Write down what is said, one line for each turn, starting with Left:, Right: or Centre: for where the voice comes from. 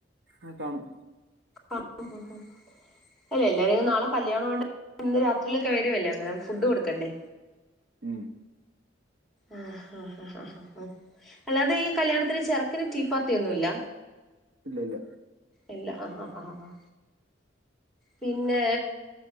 Right: ആ കാണും
Centre: ആ <unintelligible> അല്ല എല്ലാരും നാളെ കല്യാണം ആയത് കൊണ്ട് ഇന്ന് രാത്രിയിലൊക്കെ വരുവല്ലോ അന്നേരം ഫുഡ് കൊടുക്കണ്ടേ
Right: ഉം
Centre: ആഹ് ആഹ് ആഹ് ആഹ് അല്ലാതെ ഈ കല്യാണത്തിന് ചെറുക്കന് ടീ പാർട്ടി ഒന്നും ഇല്ല
Right: ഇല്ല ഇല്ല
Centre: ഇല്ല ആഹ് ആഹ് ആഹ് പിന്നെ